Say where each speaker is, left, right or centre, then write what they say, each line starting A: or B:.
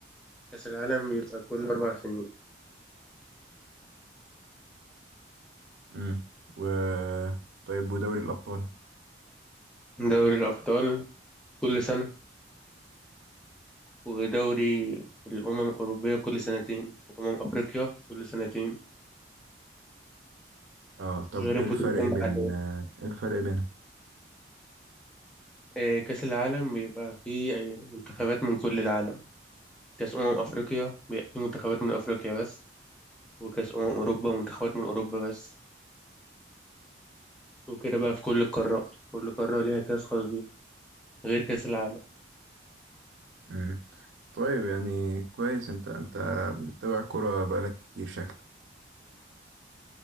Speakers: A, in the centre; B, on the right.
A: كأس العالم بيبقى كل أربع سنين
B: امم و طيب ودوري الأبطال
A: دوري الأبطال كل سنة ودوري الأمم الأوروبية كل سنتين وأمم أفريقيا كل سنتين
B: اه طب
A: غير
B: ايه
A: البطولات
B: الفرق
A: المحلية
B: بين آه، ايه الفرق بينهم
A: آه، كأس العالم بيبقى فيه آه، منتخبات من كل العالم كأس أمم أفريقيا بيبقى فيه منتخبات من أفريقيا بس وكأس أمم أوروبا منتخبات من أوروبا بس وكده بقى في كل القارات كل قارة ليها كاس خاص بيه غير كاس العالم
B: امم طيب يعني كويس انت انت بتتابع كورة بقالك كتير شكلك